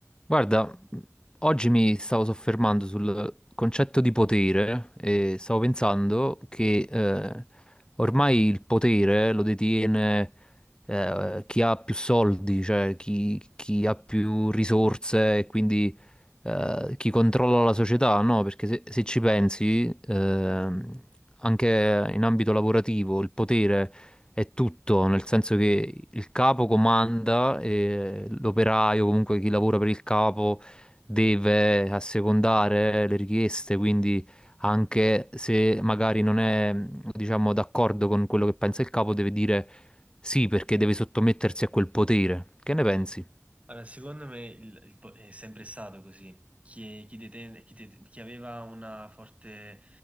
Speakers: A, on the left; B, on the right.
A: Guarda, oggi mi stavo soffermando sul concetto di potere e stavo pensando che eh, ormai il potere lo detiene eh, chi ha più soldi, cioè chi, chi ha più risorse e quindi eh, chi controlla la società, no? Perché se, se ci pensi, ehm, anche in ambito lavorativo il potere è tutto, nel senso che il capo comanda e l'operaio, comunque chi lavora per il capo, deve assecondare le richieste, quindi anche se magari non è, diciamo, d'accordo con quello che pensa il capo, deve dire sì perché deve sottomettersi a quel potere. Che ne pensi?
B: Allora, secondo me il- il po- è sempre stato così. Chi, chi deten- chi det- chi aveva una forte,